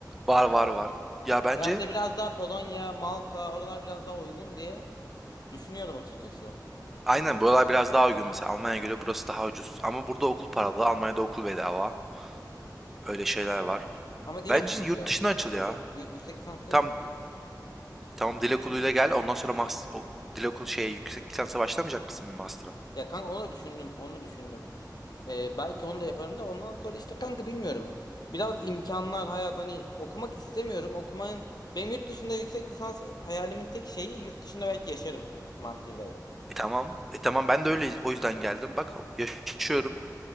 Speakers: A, in the centre; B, on the left (about 65°).
A: Var var var. Ya bence
B: Hem de biraz daha Polonya, Malta oralar biraz daha uygun diye düşünüyordum açıkçası.
A: Aynen buralar biraz daha uygun mesela Almanya'ya göre burası daha ucuz. Ama burada okul paralı, Almanya'da okul bedava. Öyle şeyler var.
B: Ama dil
A: Bence
B: okulu
A: yurt
B: diyorum.
A: dışına açıl
B: Şeyde,
A: ya.
B: yü- yüksek lisans demiyorum.
A: Tam tamam dil okuluyla gel ondan sonra mas o, dil okulu şeye yüksek lisansa başlamayacak mısın master'a?
B: Ya kanka onu da düşündüm. Onu da düşündüm. Ee, belki onu da yaparım da ondan sonra işte kanka bilmiyorum. Biraz imkanlar hayat hani okumak istemiyorum. Okumayın. Benim yurt dışında yüksek lisans hayalimin tek şeyi yurt dışında belki yaşarım mantığıylaydı.
A: E tamam. E tamam ben de öyle o yüzden geldim. Bak yaşıyorum.